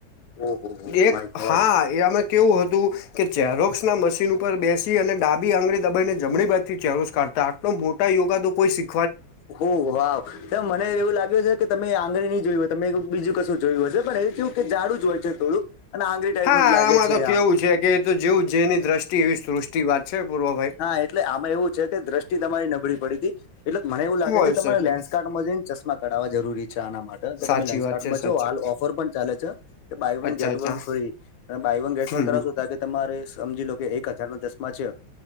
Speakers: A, on the left; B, on the left.
A: ઓહો હો
B: એક
A: માય ગોડ
B: હા એ એમાં કેવું હોત. તું કે ચેરોક્સ ના મશીન ઉપર બેસી, અને ડાબી આંગળી દબાઈને જમણી બાજ થી ચેરોક્સ કાઢતા. પન મોટા યોગા તો કોઈ શી
A: હો, વાવ તો મને એવું લાગ્યું છે કે તમે આંગળી નહી જોય હોય, તમે બીજું કશું જોયું હશે, પણ એ કેવું કે જાડું જ હોય છે થોડું અને આંગળી ટાઈપનું
B: હા
A: જ લાગે
B: આમાં
A: છે
B: તો કેવું
A: આમ.
B: છે કે જો જેવું જેની દ્રષ્ટિ એવી સૃષ થી વાત છે પોરવા
A: હા, એટલે આમાં એવું છે કે દ્રષ્ટિ તમારી નબળી પડી હતી. એટલે મને એવું લાગે
B: હોય
A: છે
B: શકે
A: તમારે લેન્ડસ્કાર્ડમાં જઈને ચશ્મા કાઢવા જરૂરી છે. અચ્છા આના માટે કે
B: સાચી
A: તમે લેન્સકાર્ટ
B: વાત છે
A: માં
B: સાચી
A: જોવો, હાલ ઓફર પણ ચાલે છે કે બાય
B: અચ્છા
A: વન ગેટ
B: અચ્છા
A: વન ફ્રી. અને બાય વન ગેટ
B: હમ
A: વન
B: હમ
A: કરાવશો, તો આજે તમારે સમજી લો કે એક હજાર નો દસમાં છે.